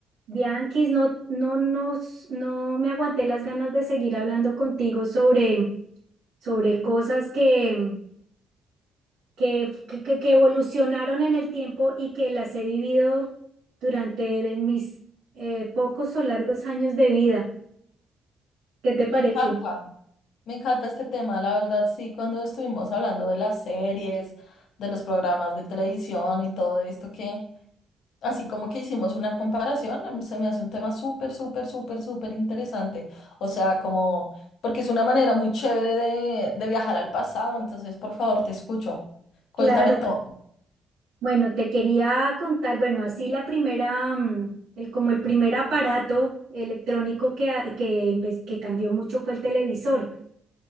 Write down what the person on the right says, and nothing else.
Bianquis, no, no, no, s- no me aguanté las ganas de seguir hablando contigo sobre, sobre cosas que, que, que, que- que evolucionaron en el tiempo y que las he vivido durante mis eh, pocos o largos años de vida. ¿Qué te parece?
Claro.
Bueno, te quería contar, bueno, así la primera, mm, el, como el primer aparato electrónico que, a- que, empe- que cambió mucho fue el televisor.